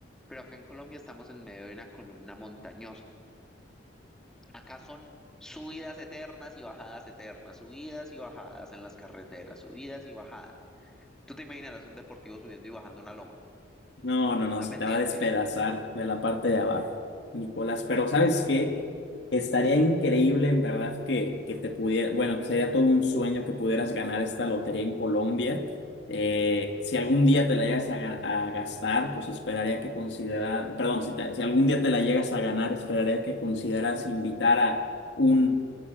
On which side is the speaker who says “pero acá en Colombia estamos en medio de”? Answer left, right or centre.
Centre